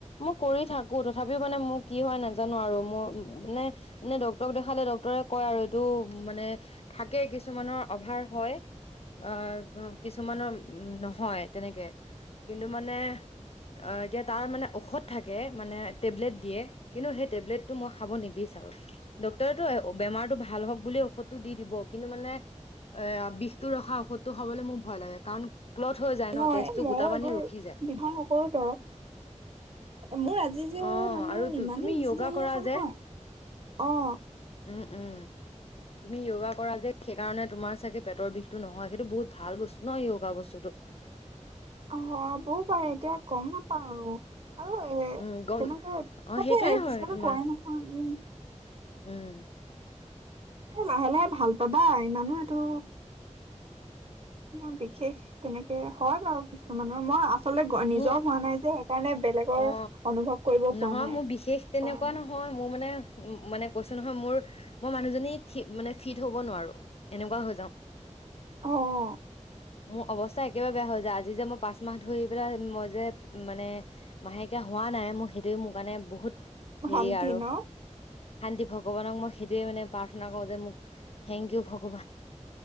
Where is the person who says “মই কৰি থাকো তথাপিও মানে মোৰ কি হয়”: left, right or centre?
Left